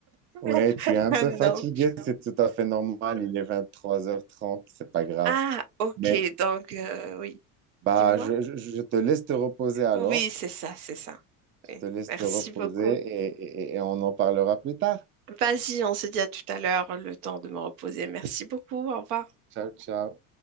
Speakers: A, on the right; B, on the right.
A: <laughs>
B: Ouais, tu es un
A: Un
B: peu fatigué,
A: homme.
B: c'est tout à fait normal. Il est vingt-trois heures trente, c'est pas grave.
A: Ah, ok,
B: Mais
A: donc euh, oui,
B: bah,
A: dis-moi.
B: je, je- je te laisse te reposer alors.
A: Oui, c'est ça, c'est ça.
B: Je
A: Oui,
B: te laisse
A: merci
B: te reposer
A: beaucoup.
B: et, et et on en parlera plus tard.
A: Vas-y, on se dit à tout à l'heure, le temps de me reposer. Merci beaucoup, au revoir.
B: Ciao, ciao.